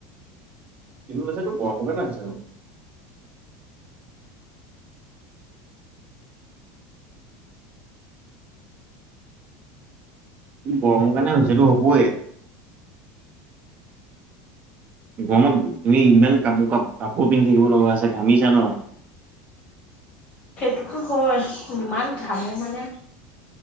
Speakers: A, on the right; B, on the left.
A: এইবোৰ <unintelligible> গৰমৰ সোমোৱা কাৰণে হৈছে আৰু গৰমৰ কাৰণে হৈছে, এইটো হ'বয়ে। গৰমত তুমি ইমান কাপোৰ কাপ কাপোৰ পিন্ধি থাকিব লগা, হৈছে ঘামিছা ন।
B: এইটো হয় ইমান ঘামো মানে।